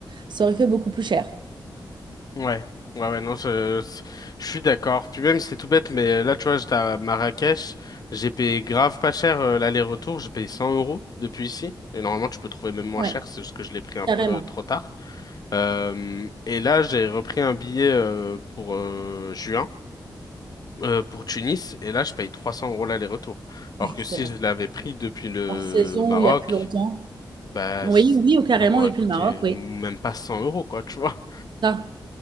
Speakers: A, on the right (about 65°); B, on the left (about 50°).
A: ça aurait fait beaucoup plus cher.
B: Ouais, ouais, ouais, non, je, je suis d'accord. Puis même, c'est tout bête, mais là, tu vois, j'étais à Marrakech, j'ai payé grave pas cher euh, l'aller-retour, j'ai payé 100 euros depuis ici. Et normalement, tu peux trouver même moins
A: Ouais,
B: cher, c'est juste que je l'ai pris un
A: carrément.
B: peu euh, trop tard. Euh, et là, j'ai repris un billet euh, pour euh, juin. euh, pour Tunis et là je paye 300 euros l'aller-retour. Alors
A: Ouais,
B: que
A: c'est
B: si
A: vrai.
B: je l'avais pris depuis le
A: Hors saison
B: Maroc,
A: ou il y a plus longtemps.
B: bah
A: Oui,
B: ça
A: oui, ou carrément
B: m'aurait
A: depuis
B: coûté
A: le Maroc, oui.
B: même pas 100 euros quoi, tu vois.
A: Ça,